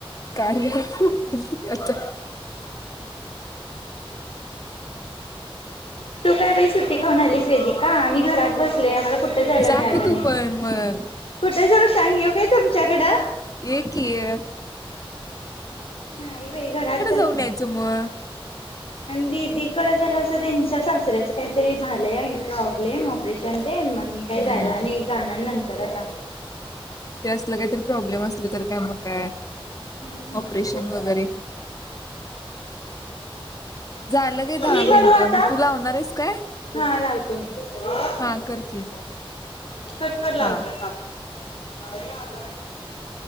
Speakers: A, on the left (about 40°); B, on the left (about 70°).
A: <unintelligible> आता.
B: तू काय बाई सुट्टी खाऊन आलीस.. वेदीका आम्ही- घरात बसले आमाला कुठ जायला
A: जा
B: मिळालं
A: की तू
B: नाही.
A: पण मग
B: कुठ जाऊ? सांग येऊ काय तुमच्याकडं?
A: ये कि ये..
B: नाही बाई घरात आणि
A: जाऊन यायचं मग
B: दिदी कड जरासं त्यांच्या -- सासऱ्याच काहीतरी झालंय प्रॉब्लेम ऑपरेशन तेन मग. मी काही
A: हम्म
B: जायला नाही जाणार नंतर. तर अता
A: ते असलं काही तरी प्रॉब्लेम असल तर.. काय मग काय.
B: हम्म..
A: ऑपरेशन
B: <unintelligible>
A: वगैरे झालं ग दहा
B: मी करू
A: मिनट
B: आता
A: मग तू लावणार आहेस काय?
B: हा लावतो मी <unintelligible>
A: हा कर की
B: कट कर लावतो
A: हा
B: <unintelligible>